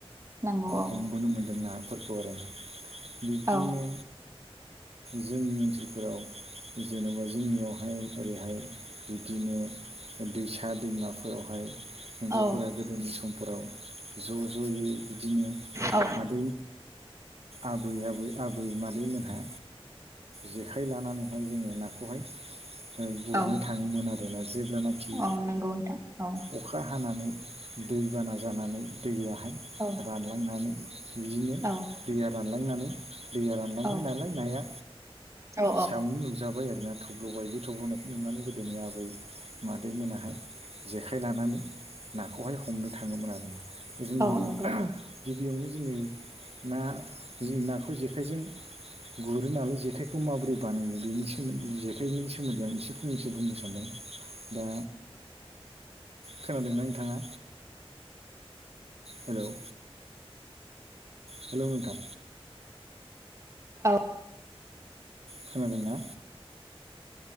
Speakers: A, on the right; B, on the right.
A: नंगौ औ
B: हमबोनो मोन्दों नाफोरखौ आरो ना। बिब्दिनो
A: औ
B: जोंनि ओनसोलफोराव जेनेबा जोंनियावहाय ओरैहाय बिब्दिनो दैसा दैमाफोरावहाय हिनजावफोरा
A: औ
B: गोदोनि समफोराव ज' ज'यै बिदिनो
A: औ
B: आदै आबै आबै आबै मादैमोनहा जेखाइ लानानैहाय जोङो ना खौहाय गुरनो
A: औ
B: थाङोमोन आरोना। जेब्लानाखि
A: औ नंगौ नोंथां
B: अखा हानानै दैबाना जानानै दैया हाय
A: औ
B: रानलांनानै बिदिनो
A: औ
B: दैया रानलांनानै दैया रानलांबाय
A: औ
B: नालाय नाया
A: औ
B: सायावुं नुजाबाय आरोना थब्ल'बाय बे थब्ल'नायखौ नुनानै गोदोनि आबै मादैमोनाहाय जेखाइ लानानै नाखौहाय हमनो थाङोमोन आरोना। जोङो
A: औ नंगौ
B: गिबियावनो जोङो ना नाखौ जेखाइजों गुरो नालाय जेखाइखौ माबोरै बानायो बेनि सोमोन्दै जेखाइनि सोमोन्दै आं एसे फंनैसो बुंनो सानदों दा खेलाादोंमोन नोंथाङा? हेल' हेल'मोनथा
A: औ
B: खोनादोंना?